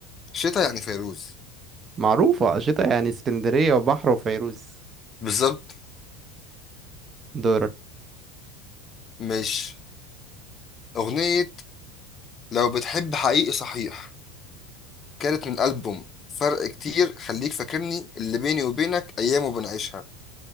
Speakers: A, on the left (about 35°); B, on the right (about 30°).
A: شتا يعني فيروز
B: معروفة شتا يعني اسكندرية وبحر وفيروز
A: بالظبط
B: دورك
A: مش اغنيه لو بتحب حقيقي صحيح كانت من ألبوم فرق كتير خليك فاكرني اللي بيني وبينك أيام بنعيشها